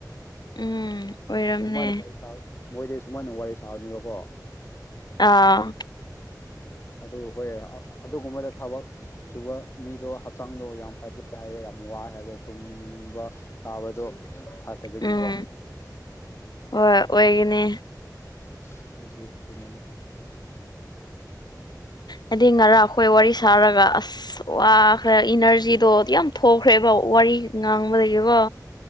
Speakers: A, on the left (about 75°); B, on the left (about 40°).
A: ꯎꯝ ꯑꯣꯏꯔꯝꯅꯦ
B: ꯁꯨꯃꯥꯏꯅ ꯋꯥꯔꯤ ꯁꯥ ꯃꯣꯏꯗꯤ ꯁꯨꯃꯥꯏꯅ ꯋꯥꯔꯤ ꯁꯥꯕꯅꯦꯕꯀꯣ
A: ꯑꯥ
B: ꯑꯗꯨ ꯍꯣꯏ ꯑꯗꯨꯒꯨꯝꯕꯗ ꯊꯕꯛ ꯁꯨꯕ ꯃꯤꯗꯣ ꯍꯛꯆꯥꯡꯗꯣ ꯌꯥꯝ ꯐꯗꯦ ꯍꯥꯏꯌꯦ ꯌꯥꯝ ꯋꯥꯏ ꯍꯥꯏꯔꯦ ꯇꯨꯡꯕ ꯇꯥꯕꯗꯣ ꯐꯥꯠꯇꯕꯤꯒꯤꯀꯣ
A: ꯎꯝ ꯍꯣꯏ ꯑꯣꯏꯒꯅꯤ
B: <unintelligible>
A: ꯍꯥꯏꯗꯤ ꯉꯔꯥꯡ ꯑꯩꯈꯣꯏ ꯋꯥꯔꯤ ꯁꯥꯔꯒ ꯑꯁ ꯑꯁ ꯋꯥꯈ꯭ꯔꯦ ꯏꯅꯔꯖꯤꯗꯣ ꯌꯥꯝ ꯊꯣꯛꯈ꯭ꯔꯦꯕ ꯋꯥꯔꯤ ꯉꯥꯡꯕꯗꯒꯤꯕꯣ